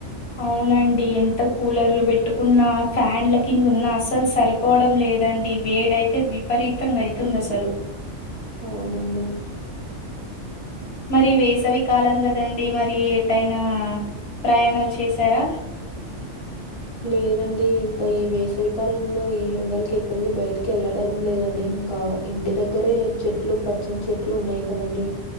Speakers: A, on the left; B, on the left.
A: అవునండి ఎంత కూలర్లు పెట్టుకున్నా ఫ్యాన్ల కింద ఉన్నా అసలు సరి పోవడం లేదండి వేడైతే విపరీతంగా అవుతుంది అసలు
B: అవునండి
A: మరి వేసవికాలం కదండి అది మరి ఎటైనా ప్రయాణాలు చేసారా
B: లేదండీ ఇంకా ఈ వేసవి కాలంలో ఈ ఎండలకి ఎక్కడికి బయటకెళ్ళడం లేదండి ఇంకా ఇంటి దగ్గరే చెట్లు పచ్చని చెట్లు ఉన్నాయి కదండీ